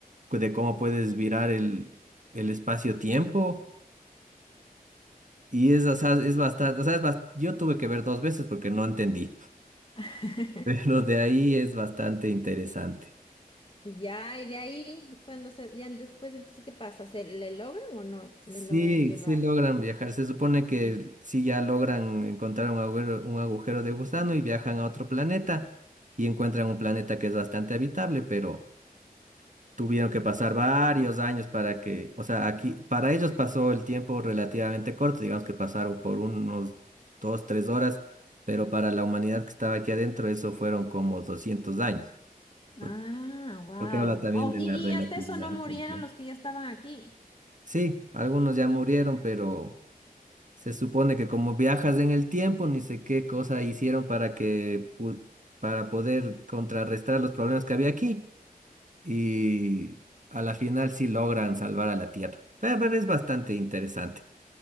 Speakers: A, on the right; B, on the left.
A: de cómo puedes virar el, el espacio-tiempo, y es, o sea, es bastante, o sea, es bas- yo tuve que ver dos veces porque no entendí,
B: <laughs>
A: <laughs> pero de ahí es bastante interesante.
B: Ya, y de ahí, cuando se, ya después, entonces, ¿qué pasa? ¿Se le logran o no le
A: Sí,
B: logran llevar?
A: sí logran viajar. Se supone que sí ya logran encontrar un agujero, un agujero de gusano y viajan a otro planeta y encuentran un planeta que es bastante habitable, pero tuvieron que pasar varios años para que, o sea, aquí para ellos pasó el tiempo relativamente corto, digamos que pasaron por unos dos, tres horas, pero para la humanidad que estaba aquí adentro eso fueron como 200 años, por-
B: Ah, wow.
A: porque, habla también de
B: y,
A: la relatividad
B: y hasta eso no murieron
A: del tiempo.
B: los que ya estaban aquí.
A: Sí, algunos ya murieron, pero Se supone que como viajas en el tiempo, ni sé qué cosa hicieron para que pu- para poder contrarrestar los problemas que había aquí y a la final sí logran salvar a la Tierra. Pero, pero es bastante interesante.